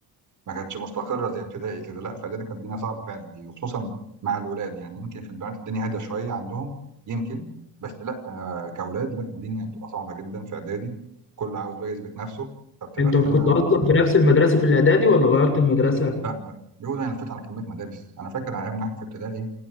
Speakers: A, on the right; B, on the left.
A: ما كانتش مستقره زي ابتدائي كده لا في اعدادي كانت الدنيا صعبه فعلا يعني وخصوصا مع الولاد يعني يمكن في البنات الدنيا هاديه شويه عندهم يمكن بس لا ك- كاولاد لا الدنيا بتبقى صعبه جدا في اعدادي كل عاوز بقى يثبت نفسه فبتبقى
B: انت
A: الدنيا
B: كنت اصلا في نفس المدرسه في الاعدادي ولا غيرت المدرسه
A: لا لا يقول انا لفيت على كميه مدارس انا فاكر ايامنا احنا في ابتدائي